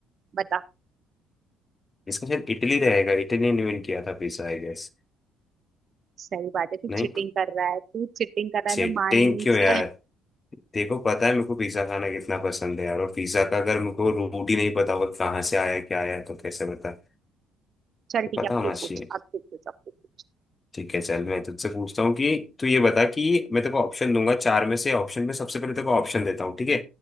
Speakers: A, on the right; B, on the left.
A: बता
B: इसका शायद इटली रहेगा इटली ने इन्वेंट किया था पिज्जा आई गेस
A: सही बात है तू
B: नहीं
A: चिटिंग कर रहा है तू चिटिंग कर रहा
B: चेटिंग
A: है मैं मानी नहीं
B: क्यों
A: सर
B: यार देखो पता है मेरे को पिज्जा खाना कितना पसंद है यार और पिज्जा का अगर मेरे को रूट ही नहीं पता होगा कहाँ से आया क्या आया तो कैसे बता
A: चल
B: तो
A: ठीक
B: पता
A: है अब
B: होना
A: तू
B: चाहिए
A: पूछ अब तू पूछ अब तू पूछ
B: ठीक है चल मैं तुझसे पूछता हूँ कि तू ये बता कि मैं तेरे को ऑप्शन दूंगा चार में से ऑप्शन में सबसे पहले तेरे को ऑप्शन देता हूँ ठीक है